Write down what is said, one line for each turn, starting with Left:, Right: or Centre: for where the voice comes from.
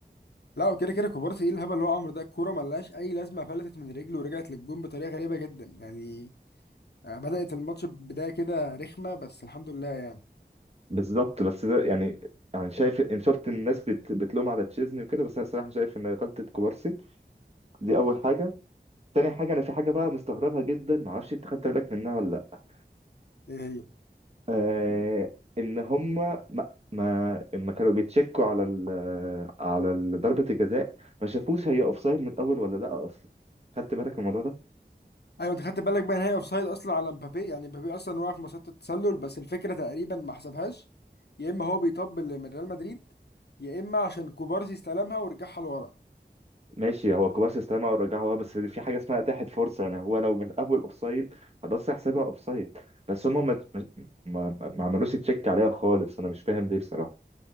Left: لا وكده كده كوبارسي ايه الهبل اللي هو عمره ده الكوره ملهاش اي لازمه فلتت من رجله ورجعت للجون بطريقه غريبه جدا يعني آه، بدات الماتش بدايه كده رخمه بس الحمد لله يعني
Right: بالظبط بس ده يعني يعني شايف ان شفت الناس بت... بتلوم على تشيزني وكده بس انا صراحه شايف ان غلطه كوبارسي دي اول حاجه تاني حاجة أنا في حاجة بقى مستغربها جدا معرفش أنت خدت بالك منها ولا لأ
Left: ايه هي
Right: آه إن هما ما ما لما كانوا بيتشكوا على ال على ال- ضربة الجزاء ما شافوش هي أوفسايد من الأول ولا لأ أصلا خدت بالك من الموضوع ده؟
Left: ايوه انت خدت بالك بقى ان هي اوف سايد اصلا على مبابي يعني مبابي اصلا واقف في مسيره التسلل بس الفكره تقريبا ما حسبهاش يا اما هو بيطبل لريال مدريد يا اما عشان كوبارسي استلمها ورجعها لورا
Right: ماشي هو كوبارسي استلمها ورجعها بس في حاجة اسمها أتاحت فرصة يعني هو لو من الأول أوفسايد خلاص هيحسبها أوفسايد بس هما ما ما, ما عملوش تشيك عليها خالص أنا مش فاهم ليه بصراحة